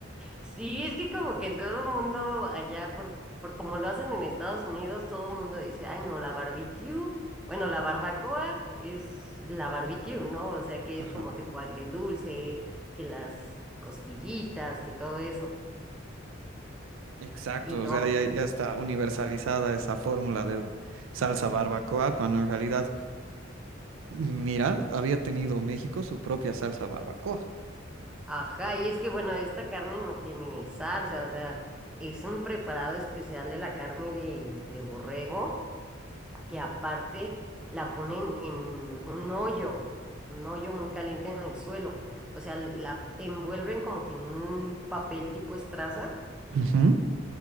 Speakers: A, in the centre; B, on the right.
A: Sí, es que como que todo el mundo allá, por, por como lo hacen en Estados Unidos, todo el mundo dice, ay, no, la barbecue. Bueno, la barbacoa es la barbecue, ¿no? O sea, que
B: Ajá,
A: es como tipo agridulce, que las costillitas, que todo eso.
B: exacto,
A: Y no,
B: o sea, ya, ya está universalizada esa fórmula de salsa barbacoa, cuando en realidad, mira, había tenido México su propia salsa barbacoa.
A: ajá, y es que bueno, esta carne no tiene salsa, o sea, es un preparado especial de la carne de, de borrego que aparte la ponen en un hoyo, un hoyo muy caliente en el suelo. O sea, la envuelven como que en un papel tipo estraza
B: Ujú.